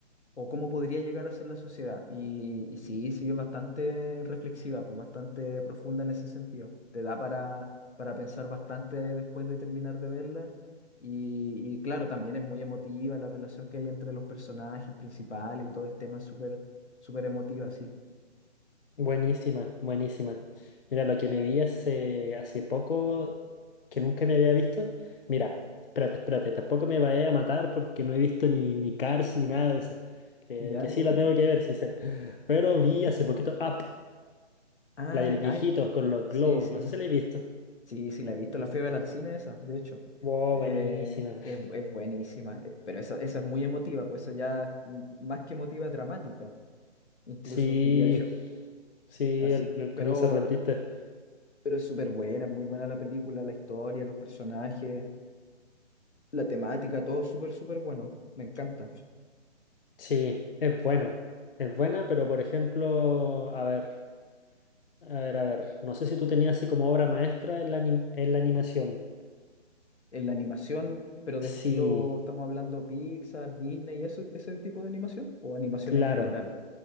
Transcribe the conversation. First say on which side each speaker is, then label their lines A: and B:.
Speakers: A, on the left; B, on the left.
A: o cómo podría llegar a ser la sociedad. Y, y sí, sí es bastante reflexiva, pues bastante profunda en ese sentido. Te da para, para pensar bastante después de terminar de verla. Y, y claro, también es muy emotiva la relación que hay entre los personajes principales y todo el tema es súper, súper emotiva, sí.
B: Buenísima, buenísima. Mira, lo que me vi hace, hace poco, que nunca me había visto. Mira, espérate, espérate, tampoco me vaya a matar porque no he visto ni, ni Cars ni nada de eso. Que,
A: Ya,
B: que sí
A: ya.
B: la tengo que ver, sí sé. Pero vi
A: <laughs>
B: hace poquito Up,
A: Ah,
B: la del viejito con los
A: Sí,
B: globos.
A: sí,
B: No sé si la he visto.
A: sí, sí, la he visto, la fui a ver al cine esa, de hecho.
B: Wow,
A: Eh,
B: buenísima.
A: es, es buenísima, eh, pero esa, esa es muy emotiva, pues eso ya mm, más que emotiva, es dramática, incluso
B: Sí,
A: diría yo.
B: sí,
A: Así
B: el,
A: que,
B: el
A: pero,
B: comienzo es re
A: pe-
B: triste.
A: pero es súper buena, es muy buena la película, la historia, los personajes, la temática, todo súper, súper bueno, me encanta.
B: Sí, es buena. Es buena, pero por ejemplo, a ver. A ver, a ver, no sé si tú tenías así como obra maestra en la, anim- en la animación.
A: En la animación, pero
B: Sí,
A: de estilo, estamos hablando Pixar, Disney, eso, ese tipo de animación, o animación
B: claro.
A: en general.